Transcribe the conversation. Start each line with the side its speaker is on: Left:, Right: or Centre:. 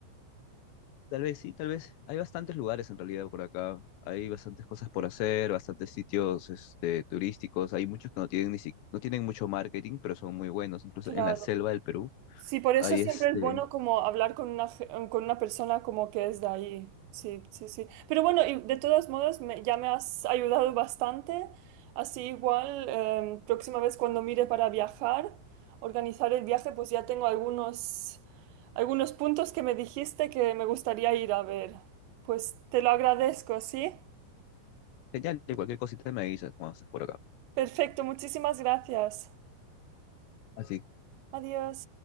Left: Tal vez sí, tal vez. Hay bastantes lugares en realidad por acá. Hay bastantes cosas por hacer, bastantes sitios este, turísticos. Hay muchos que no tienen ni si- no tienen mucho marketing, pero son muy buenos. Incluso
Right: Claro.
Left: en la selva del Perú
Right: Sí, por eso
Left: Ahí
Right: siempre
Left: este.
Right: es bueno como hablar con una, ge- con una persona como que es de ahí. Sí, sí, sí. Pero bueno, y de todos modos me- ya me has ayudado bastante. Así igual, eh, próxima vez cuando mire para viajar, organizar el viaje, pues ya tengo algunos, algunos puntos que me dijiste que me gustaría ir a ver. Pues te lo agradezco, ¿sí?
Left: Genial, y cualquier cosita me avisas cuando estés por acá.
Right: Perfecto, muchísimas gracias.
Left: Así
Right: Adiós.